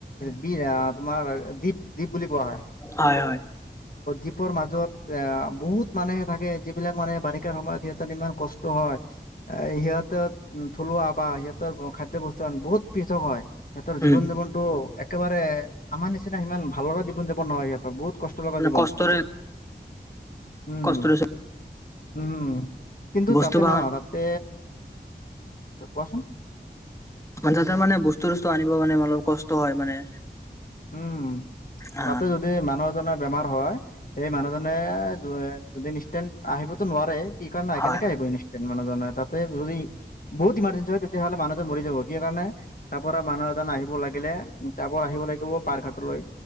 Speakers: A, on the left; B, on the left.
A: কি আমাৰ দি। বুলি কোৱা হয়
B: হয় হয়
A: ত মাজত এ বহুত মানুহে থাকে যিবিলাক মানে বাৰিষাৰ সময়ত সিহ ইমান কষ্ট হয় এ সিহঁতৰ থলুৱা বা সিহঁতৰ খাদ্য বস্ত বহুত পৃথক হয় সিহঁতৰ জীৱন
B: উম
A: জীৱনটো একেবাৰে আমাৰ নিচিনা সিমান ভাল লগা জীৱন জাপন নহয় সিহঁতৰ বহুত কষ্টকৰ
B: মানে
A: জীৱন
B: কষ্টৰে
A: উম
B: কষ্টৰে
A: হম উম। কিন্ত
B: বস্তু
A: তাতে
B: বাহন
A: ন তাতে কোৱাচোন।
B: যাতেৰ মানে বস্তু চস্তু আনিব মানে অলপ কষ্ট হয় মানে।
A: উম
B: অ
A: তাতে যদি মানুহ এজনৰ বেমাৰ হয় এই মানুহজনে যদি ইনষ্টেণ্ট আহিবতো নোৱাৰে কি কাৰণ নাই
B: হয়
A: কেনেকে আহিব ইনষ্টেণ্ট মানুহজনে তাত। তে তদি বহুত মাৰে তেতিয়াহলে মানুহজন মৰি যাব কি কাৰণে তাৰ পৰা মানুহ এজন আহিব লাগিলে তাৰ পৰা আহিব লাগিল। পাৰঘাটলৈ।